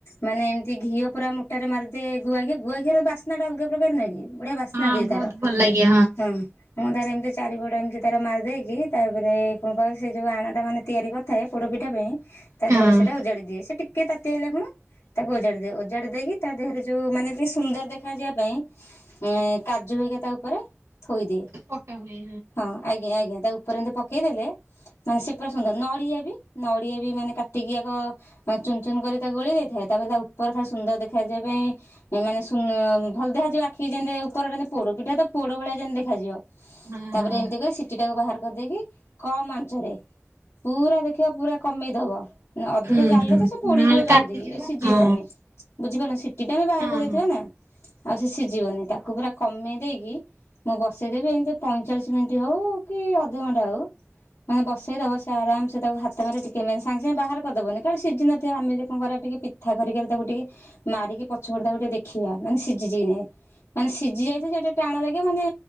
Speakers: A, on the left (about 80°); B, on the right (about 85°).
A: ମାନେ ଏମିତି ଘିଅ ପୁରା ମୋଟାରେ ମାରିଦିଏ ଗୁଆଘିଅ ଗୁଆ ଘିଅର ବାସ୍ନାଟା ଅଲଗା ପ୍ରକାର ନୁହଁ କି? ବଢିଆ ବାସ୍ନାଦିଏ
B: ହଁ ବହୁତ
A: ତାର
B: ଭଲ ଲାଗେ
A: ହଁ ମୁଁ ତାର ଏମିତି ଚାରିପଟେ ଏମିତି ତାର ମାରି ଦେଇକି ତାପରେ କଣ କହ ସେ ଯେଉଁ ଆଣଟା ମାନେ ତିଆରି କରିଥାଏ ପୋଡ଼ପିଠା ପାଇଁ। ତା
B: ହଁ
A: ଦେହରେ ସେଟା ଉଜାଡି ଦିଏ ସେ ଟିକେ କିଏ ତାତିଆ ହେଲା କଣ ତାକୁ ଓଜାଡି ଦେଇ ଓଜାଡି ଦେଇକି ତା ଦେହରେ ଯୋଉ ମାନେ ଟିକେ ସୁନ୍ଦର ଦେଖା ଯିବା ପାଇଁ ଉଁ କାଜୁ ହେରିକା ତା ଉପରେ ଥୋଇଦିଏ
B: ପକା ହୁଏ
A: ହଁ ଆଜ୍ଞା ଆଜ୍ଞା ତାଉ ଉପରେ ଏମିତି ପକେଇଦେଲେ ମାନେ ସେ ପୁରା ସୁନ୍ଦର ନଡିଆ ବି ନଡିଆ ବି ମାନେ କାଟିକି ଚୁନ ଚୁନ କରି ତା ଗୋଳି ଦେଇଥାଏ ତାପରେ ତା ଉପର ଖାଲି ସୁନ୍ଦର ଦେଖାଯିବା ପାଇଁ ମାନେ ସୁ ଭଲ ଦେଖାଯିବ ଆଖି ଯେମତି ଉପର ଯେ ପୋଡ ପିଠା ତ ପୋଡ ଭଳିଆ ଯେମତି ଦେଖାଯିବ।
B: ହଁ
A: ତାପରେ
B: ହଁ।
A: ଏମିତି କ ସିଟି ଟାକୁ ବାହାର କରିଦେଇକି କମ ଆଞ୍ଚରେ ପୁରା ଦେଖିବ ପୁରା କମେଇଦବ ନା ଅଧିକ
B: ହୁଁ
A: ଜାଳିଲେ
B: ହୁଁ
A: ତ ସେ ପୋଡିଯିବ
B: ନହେଲେ
A: ଜଲ୍ଦି
B: ତାତିଯିବ
A: ସିଝିବନି।
B: ହଁ
A: ବୁଝିପାରୁନ ସିଟି ଟା ଆମେ ବାହାର
B: ହଁ
A: କରିଦେଇଥିବା
B: ହଁ।
A: ନା ଆଉ ସେ ସିଝିବନି ତାକୁ ପୁରା କମେଇ ଦେଇକି ମୁଁ ବସେଇଦେବି ଏମିତି ପଇଁଚାଳିଶ ମିନିଟ୍ ହଉ କି ଅଧଘଣ୍ଟା ହଉ ମାନେ ବସେଇଦବ ସେ ଆରାମ ସେ ତାକୁ ହାତ ମାରି ଟିକେ ମାନେ ସାଙ୍ଗେ ସାଙ୍ଗେ ବାହାର କରିଦବନି କାଳେ ସିଝିନ ନଥିବ ଆମେ କଣ କରିବା ଟିକେ ପିଠା କରିକାରେ ତାକୁ ଟିକେ ମାରିକି ପଛ ପଟେ ତାକୁ ଟିକେ ଦେଖିବ ମାନେ ସିଝି କି ନାଇଁ। ମାନେ ସିଝି ଯାଇଥିବ ସେଟା ଟାଣ ଲାଗେ ମାନେ